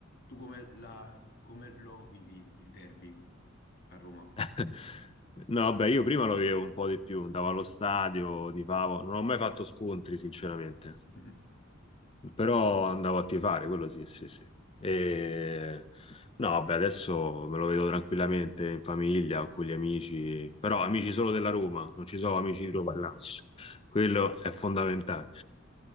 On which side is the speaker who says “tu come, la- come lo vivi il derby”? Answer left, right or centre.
Left